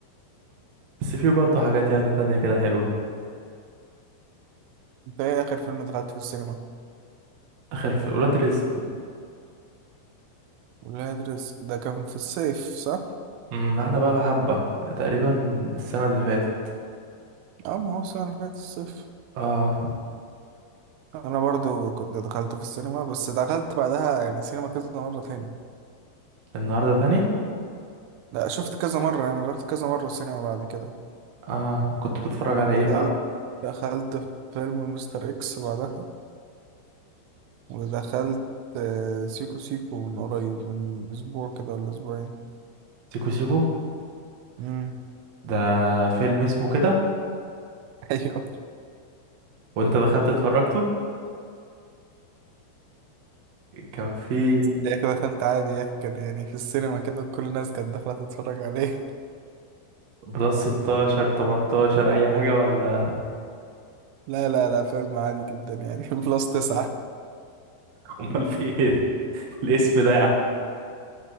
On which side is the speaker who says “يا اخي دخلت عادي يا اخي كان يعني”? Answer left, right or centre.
Right